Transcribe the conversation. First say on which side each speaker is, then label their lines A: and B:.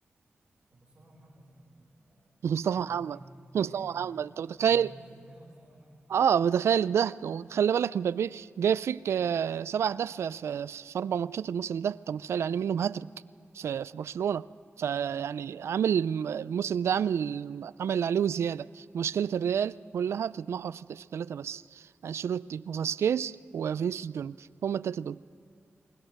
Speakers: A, on the right; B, on the right.
A: كان مصطفى محمد يا عم آه، المنافس
B: مصطفى محمد
A: بتاعه
B: مصطفى محمد
A: <laughs>
B: انت متخيل
A: المنافس بتاعه مصطفى محمد
B: اه متخيل الضحك وخلي بالك مبابي جايب فيك آه، سبع اهداف في, في, في اربع ماتشات الموسم ده انت متخيل يعني إيه منهم هاتريك في, في برشلونه
A: آه.
B: فيعني عامل الموسم ده عامل عامل اللي عليه وزياده مشكله الريال كلها بتتمحور في, في ثلاثه بس انشيلوتي وفاسكيز وفينيسيوس جونيور هم الثلاثه دول